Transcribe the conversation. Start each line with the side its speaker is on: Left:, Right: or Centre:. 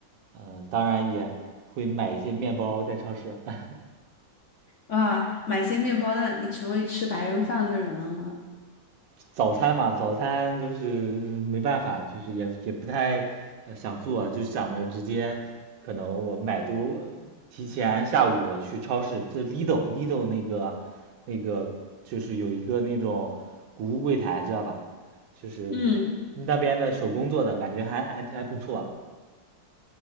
Right: 嗯、当然也会买一些面包在超市。<laughs>
Left: 哇，买些面包，那你成为吃白人饭的人了吗？
Right: 早餐嘛，早餐就是没办法，就是也也不太呃想做，就想着直接可能我买多，提前下午我去超市，这 Lidl Lidl 那个那个就是有一个那种谷物柜台，知道吧？就是
Left: 嗯，
Right: 那边的手工做的，感觉还还还不错。